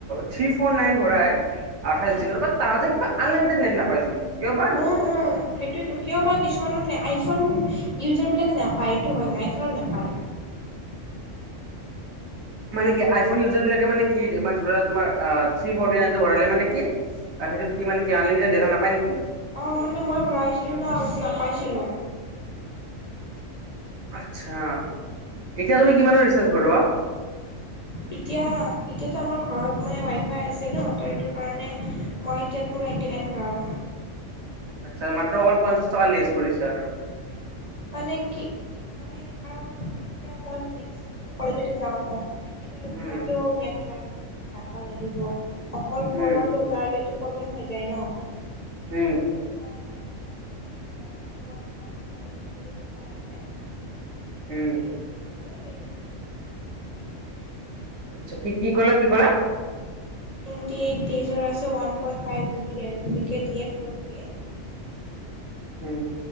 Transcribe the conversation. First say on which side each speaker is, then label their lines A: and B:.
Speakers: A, on the right (about 60°); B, on the left (about 40°).
A: থ্ৰী ফৰ নাইন ভৰাই আঠাইছ
B: উম।
A: দিনৰ বা তাহতে কিবা আনলিমিটেড নেট নাপাইচোন। কিয় বা এইটো
B: অ অ সেইটোয়েতো কিয় বা কিছুমানৰে আইফোন ইউজাৰ বিলাকে নাপায় এইটো হয় আইফোনত নাপায়।
A: মানে কি আইফোন ইউজাৰ বিলাকে মানে কি মানচ ধৰা তোমাৰ থ্ৰী ফৰ্টি নাইন টো ভৰালে মানে কি সেইটো কি মানে কি আনলিমিটেড ডেতা নাপায় নেকি
B: অ মানে মই ভৰাই ছিলো ন আগতে নাপাইছিলো
A: আচ্ছা এতিয়া তুমি কিমানৰ ৰিচাৰ্চ ভৰোৱা
B: এতিয়া এতিয়াতো আমাৰ ঘৰত মানে ৱাইফাই আছে ন তো এইটো কাৰণে মই এতিয়া টু নাইণ্টি নাইন ভৰাও
A: আচ্ছা মাত্ৰ অকল পঞ্চাশ টকা লেচ কৰিছে আৰু
B: মানে কি কি মানে কাৰণ এতিয়া মই মেক্সিমাম কলেজতে যাও ন এতিয়া
A: উম
B: তাতেও নেট লাগে ডাটা লাগিব অকল কলৰটো
A: উম
B: ভৰালে টো প্ৰব্লেম হৈ যায় ন ত'
A: উম
B: সেইটো কাৰণে মানে ওৱান পইণ্ট ফাইভ জি বুলি এটা আছে টুৱেটি
A: উম
B: এইট ডেইজ হয় এইটো ভৰাও
A: আচ্ছা তুমি কি কি কলা কি কলা
B: টি এইট ডেইজৰ আছে ওৱান পইণ্ট ফাইভ জিৱি ডেৰ জিৱি কে দিয়ে পাৰ দে
A: উম